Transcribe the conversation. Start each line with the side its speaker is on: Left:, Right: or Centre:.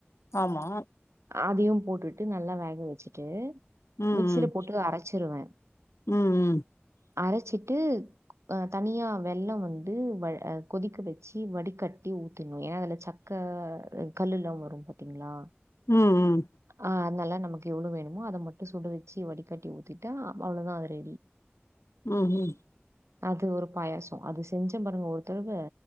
Left: ஆமா
Right: அதையும் போட்டுட்டு நல்லா வேக வச்சுட்டு
Left: ம்
Right: மிக்சில
Left: ம்
Right: போட்டு அரச்சிருவே
Left: ம் ம்
Right: அரச்சிட் ட்டு அ தனியா வெள்ளம் வந்து வல் அ கொதிக்க வ ச்சி வடிகட்டி ஊத்தனு ஏனா அதுல சக்க கல்லு எல்லா வரும் பாத்தீங்களா
Left: ம்
Right: ஆஹ் அதனால நமக் எவ்ளோ வேணுமோ அத மட்டு சுட வச்சி வடிகட்டி ஊத்திட்டா அவ்ளோதா அது ரெடி
Left: உம் ஹும்
Right: அது ஒரு பாயாசோ அது செஞ்ச பாருங்க ஒரு தடவ